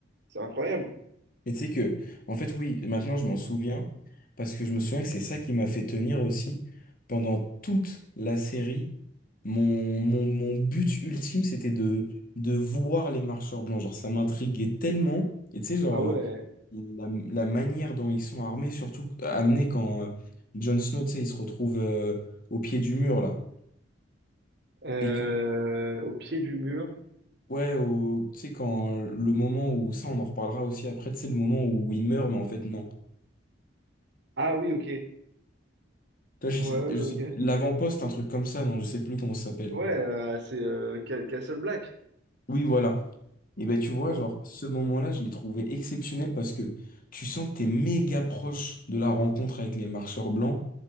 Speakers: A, on the right (about 65°); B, on the left (about 50°).
A: C'est incroyable.
B: Mais tu sais que... En fait, oui, maintenant, je m'en souviens. Parce que je me souviens que c'est ça qui m'a fait tenir aussi. Pendant toute la série, mon, mon, mon but ultime, c'était de, de voir les marcheurs blancs. Genre, ça m'intriguait tellement. Et tu sais, genre,
A: Ah ouais,
B: euh, la, la manière dont ils sont armés, surtout amenés quand euh, Jon Snow, tu sais, il se retrouve euh, au pied du mur, là
A: euh,
B: et
A: au pied du mur.
B: Ouais, au- tu sais, quand euh, le moment où, ça on en reparlera aussi après, tu sais, le moment où il meurt, mais en fait non.
A: Ah oui, ok. Ouais,
B: Toi, je
A: ouais,
B: sais, je
A: ok.
B: sais plus, l'avant-poste, un truc comme ça, non, je sais plus comment ça s'appelle.
A: Ouais, euh, c'est euh, Ca- Castle Black.
B: Oui, voilà. Et ben tu vois,
A: Ouais,
B: genre, ce moment-là, je l'ai trouvé exceptionnel parce que tu sens que t'es méga proche de la rencontre avec les marcheurs blancs.